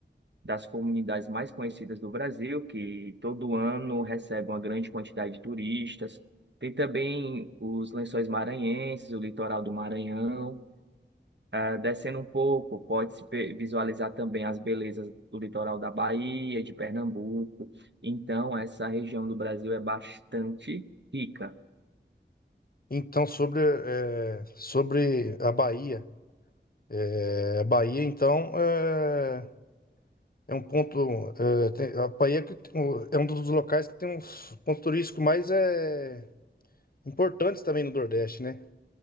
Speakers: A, on the right; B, on the left.
A: das comunidades mais conhecidas do Brasil, que todo ano recebe uma grande quantidade de turistas. Tem também os Lençóis Maranhenses, o litoral do Maranhão. Ah, descendo um pouco, pode-se pe- visualizar também as belezas do litoral da Bahia, de Pernambuco. Então, essa região do Brasil é bastante rica.
B: Então, sobre, eh, sobre a Bahia. eh, a Bahia, então, eh, é, um ponto. eh, tem- a Bahia que tem um- é um dos locais que tem uns pontos turísticos mais eh, importantes também no Nordeste, né?